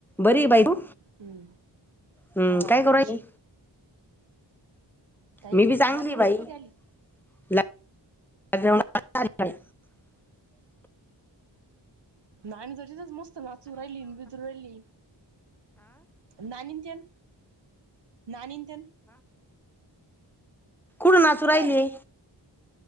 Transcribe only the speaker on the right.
हुं
हा
तू
कशी आहे. काही
नाही
लग्नावरून
कधी आली.
नाही <unintelligible> नाचुराहिली बित्रुराहिली नानीन तेन नानीन तेन
कुठे
आहे?